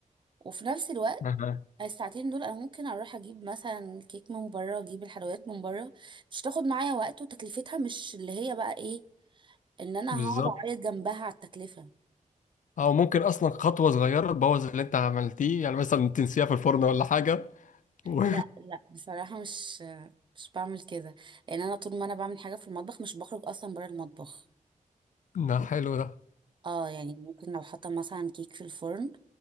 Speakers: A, on the right; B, on the left.
A: وفي نفس الوقت
B: <laughs> أها.
A: الساعتين دول انا ممكن اروح اجيب مثلا كيك من بره اجيب الحلويات من بره مش تاخد معايا وقت وتكلفتها مش اللي هي بقى ايه ان انا
B: بالظبط
A: هقعد اعيط جنبها على التكلفة
B: او ممكن اصلا خطوه صغيره تبوظ اللي انت عملتيه يعني مثلا تنسيها في الفرن ولا حاجه و...
A: لا لا بصراحة مش مش بعمل كده لان انا طول ما انا بعمل حاجة في المطبخ مش بخرج اصلا بره المطبخ
B: <laughs> ده حلو ده
A: اه يعني ممكن لو حاطه مثلا كيك في الفرن